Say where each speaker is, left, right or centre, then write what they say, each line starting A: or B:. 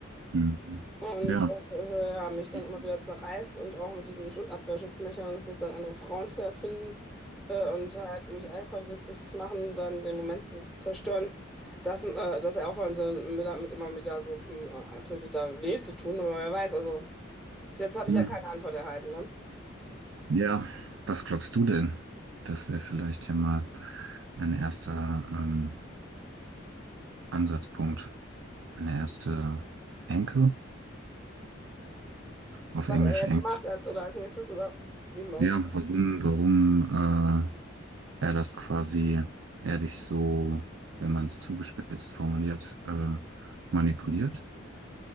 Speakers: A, on the right; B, in the centre.
A: Mhm.
B: Und
A: Ja.
B: das äh, ja, mich dann
A: Mhm.
B: immer wieder zerreißt und auch mit diesem Schu- Abwehrschutzmechanismus dann andere Frauen zu erfinden äh, und halt, um mich eifersüchtig zu machen, dann den Moment zu zerstören, dass, äh, dass er aufhören soll, mir damit immer wieder so mh, absichtlich da weh zu tun. Aber wer weiß, also bis jetzt habe
A: Mhm.
B: ich ja keine Antwort erhalten, ne?
A: Ja, was glaubst du denn? Das wäre vielleicht ja mal ein erster ähm, Ansatzpunkt. Eine erste Enkel-Richtung, auf
B: Was
A: Englisch
B: er jetzt
A: Enkel.
B: macht als, oder als nächstes oder wie man
A: Ja, warum, warum äh, er das quasi, er dich so, wenn man es zugespitzt formuliert, äh, manipuliert?